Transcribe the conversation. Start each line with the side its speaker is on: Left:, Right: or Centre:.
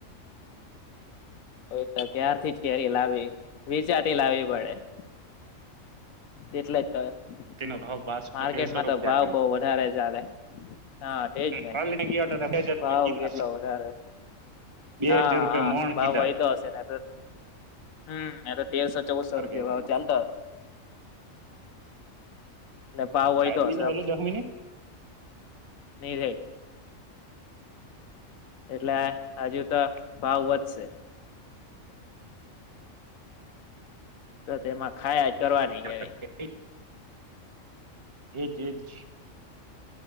Left: હ તો ક્યારથી જ કેરી લાવી વિચાર તે લાવવી પડે. <inaudible> તેટલા જ તો.
Right: તેનો
Left: <inaudible>
Right: ભાવ બારસો
Left: માર્કેટમાં
Right: તેરસો રૂપિયા
Left: તો ભાવ
Right: ક
Left: બઉ વધારે છે. ચાલેે <inaudible> હા, તેજ ને
Right: કાલે ગયા હતા બે હજાર રૂપિયા
Left: ભાવ
Right: કીધા
Left: કેટલો વધારે
Right: બે
Left: હા
Right: હજાર રૂપિયા
Left: હા
Right: મોણ
Left: ભાવ
Right: કીધા
Left: હોય, તો હશે ને તો હમ્મ <unintelligible> તેરસો ચૌદસો
Right: સાહેબ
Left: રૂપિયા ભાવ ચાલતા હતો. ને ભાવ હોય તો
Right: ની
Left: હશે
Right: વેલી દસ મિનિટ
Left: <unintelligible> એટલે હજુ તો ભાવ વધશે. ક તેમાં
Right: <inaudible>
Left: ખાયા જ કરવાની કેરી
Right: એજ એ જ <inaudible>